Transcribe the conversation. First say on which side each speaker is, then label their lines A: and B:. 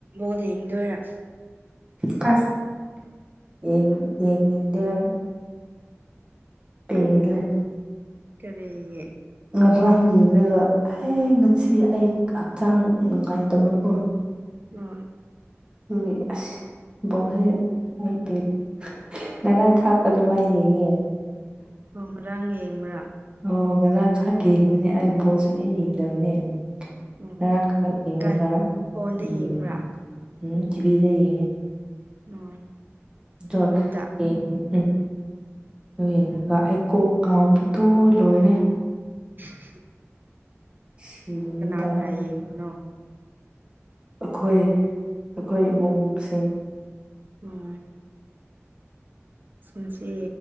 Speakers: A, on the right; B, on the right.
A: ꯣ ꯏꯗꯔ
B: ꯁ ꯌꯦ ꯌꯦꯡꯅꯤꯡꯗꯦ ꯑꯩ <unintelligible>
A: ꯀꯔꯤꯒꯤ
B: ꯉꯗ꯭ꯔꯥ ꯍꯥꯏꯅ ꯌꯦꯡꯔꯥꯒ ꯑꯦ ꯉꯁꯤ ꯑꯩ ꯍꯛꯆꯥꯡ ꯅꯨꯡꯉꯥꯏꯇꯕꯀꯣ
A: ꯎꯝ
B: <unintelligible> ꯕꯣꯜꯁꯦ ꯑꯩꯇꯦ ꯅꯒꯥꯟ ꯊꯥꯛ ꯑꯗꯨꯝꯃꯩ ꯌꯦꯡꯉꯦ
A: ꯊꯣꯡ ꯉꯔꯥꯡ ꯌꯦꯡꯕ꯭ꯔꯥ
B: ꯑꯣ ꯉꯔꯥꯡ ꯈꯛ ꯌꯦꯡꯕꯅꯦ ꯑꯩ ꯕꯣꯜꯁꯨꯌꯦꯡ ꯌꯦꯡꯗꯕꯅꯦ
A: ꯑꯣ
B: <unintelligible> ꯌꯦꯉꯒ
A: ꯀꯥꯏ ꯐꯣꯟꯗ
B: ꯎꯝ
A: ꯌꯦꯡꯕ꯭ꯔꯥ
B: ꯎ ꯆꯤꯕꯤꯗ ꯌꯦꯉꯦ
A: ꯎꯝ
B: <unintelligible>
A: ꯌꯨꯝꯗ
B: ꯎꯝ ꯀꯣꯛ ꯉꯥꯎꯕꯗꯣ ꯂꯣꯏꯔꯦ
A: <unintelligible>
B: ꯁꯤꯒꯦ
A: ꯀꯅꯥ
B: ꯇꯧꯋꯦ
A: ꯀꯅꯥ ꯌꯦꯡꯉꯕꯅꯣ
B: ꯑꯩꯈꯣꯏ ꯑꯩꯈꯣꯏ ꯏꯃꯨꯡꯁꯤꯡ
A: ꯎꯝ ꯑꯁꯁꯤ